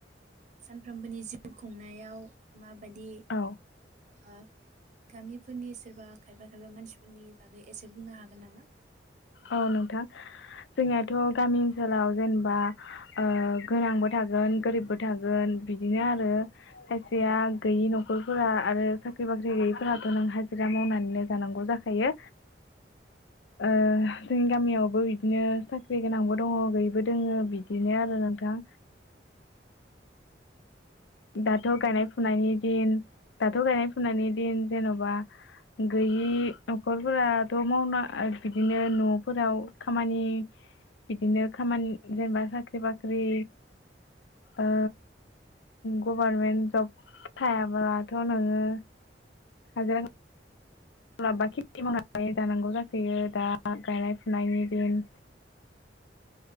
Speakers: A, on the right; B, on the left.
A: सानफ्रोमबोनि जिउ खुंनायाव मा। बायदि।
B: औ
A: ओ गामिफोरनि सोरबा खायफा खायबा मानसिफोरनि बागै एसे बुंनो हागोन नामा।
B: औ नोंथां जोंनिथ' गामि ओनसोलाव जेनेबा ओ गोनांबो थागोन गोरिबबो थागोन बिदिनो आरो। खायसेया गैयि न'खरफोरा आरो। साख्रि बाख्रि गैयैफोराथ' नों हाजिरा मावनानैनो जानांगौ जाखायो ओ जोंनि गामियावबो बिदिनो साख्रि गोनांबो दङ गैयिबो दङो बिदिनो आरो नोंथां। दाथ'
A: नोंथां?
B: गायनाय फुनायनि दिन दाथ' गायनाय फुनायनि दिन जेन'बा गैयि न'खरफोराथ' मावना बिदिनो न'फोराव खामानि। बिदिनो खामानि जेनेबा साख्रि बाख्रि। अ। गभारमेन्ट जब थायाब्लाथ' नोङो। <unintelligible> म्लाबा खेथि मावनानै जानांगौ जाखोयो दा गायनाय फुनायनि दिन।